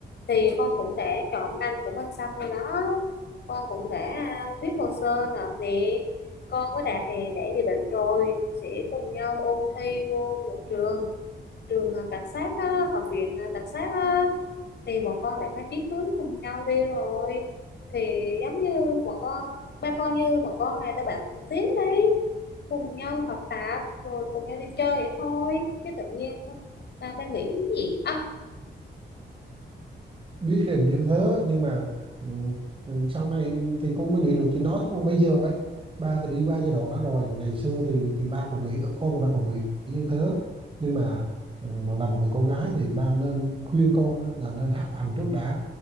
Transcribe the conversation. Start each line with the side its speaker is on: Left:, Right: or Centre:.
Left: thì con cũng đã chọn ngành của mình xong rồi đó con cũng đã à, viết hồ sơ nộp nè con có đạt thì đã dự định rồi sẽ cùng nhau ôn thi vô một trường trường ờ, cảnh sát á, học viện ờ, cảnh sát á, thì bọn con lại phải chí hướng cùng nhau đi rồi thì giống như bọn con ba con như bọn con này là bạn cùng tiến đấy cùng nhau học tập rồi cùng nhau đi chơi vậy thôi chứ tự nhiên à, ba nghĩ gì á
Right: biết hình như thế nhưng mà ừ, ừ, sau này thì con mới nghĩ được chuyện đó chứ còn bây giờ ấy ba thì đi qua giai đoạn đó rồi ngày xưa thì thì ba cũng nghĩ ở con thì ba cũng nghĩ như thế nhưng mà ừ, mà là một người con gái thì ba nên khuyên con á, là nên học hành trước đã